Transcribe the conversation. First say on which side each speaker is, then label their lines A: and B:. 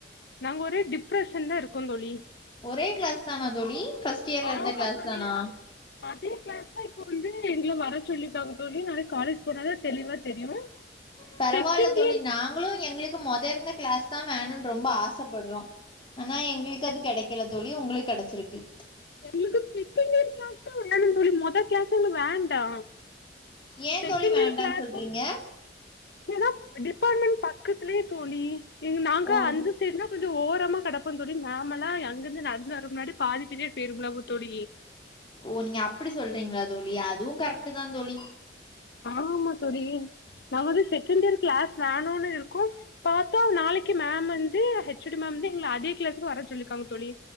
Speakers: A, on the left; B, on the left.
A: நாங்க ஒரே டிப்ரஷன்ல இருக்கோ தோழி
B: ஒரே கிளாஸ் தானா தோழி ஃபஸ்ட் இயர்ல
A: ஆமா
B: இருந்த கிளாஸ்
A: தோழி
B: தானா
A: அதே கிளாஸ் தா இப்ப வந்து எங்கள வர சொல்லிருக்காங்க தோழி நாளைக்கு காலேஜ் போனா தா தெளிவா தெரியு
B: பரவால
A: செகண்ட்
B: தோழி நாங்களு எங்குளுக்கு மொத இருந்த கிளாஸ் தா வேணுனு ரொம்ப ஆசப்படுறோ ஆனா எங்களுக்கு
A: இயர்
B: அது கிடைக்கல தோழி உங்களுக்கு அது கிடச்சிருக்கு
A: எங்களுக்கு ஸ்விப்பிங்கு கிளாஸ் தா வேணு தோழி மொத கிளாஸ்லா வேண்டா
B: ஏ
A: செகண்ட்
B: தோழி வேண்டான்னு
A: இயர் கிளாஸும்
B: சொல்றீங்க
A: ஏனா டிபார்ட்மெண்ட் பக்கத்துலயே தோழி நாங்க
B: ஓ
A: அந்த சைடுனா கொஞ்சோ ஓரமா கிடப்போ தோழி மேம் எல்லா அங்க இருந்து நடந்து வரு முன்னாடி பாதி பீரியட் போயிருங்கள தோழி
B: ஓ நீங்க அப்டி சொல்றீங்களா தோழி அதுவு கரெக்ட் தா தோழி
A: ஆமா தோழி நாங்க வந்து செகண்ட் இயர் கிளாஸ் வேணூனு இருக்கோ பாத்தா நாளைக்கு மேம் வந்து ஹெச்ஒடி மேம் வந்து எங்கள அதே கிளாசுக்கு வர சொல்லிருக்காங்க தோழி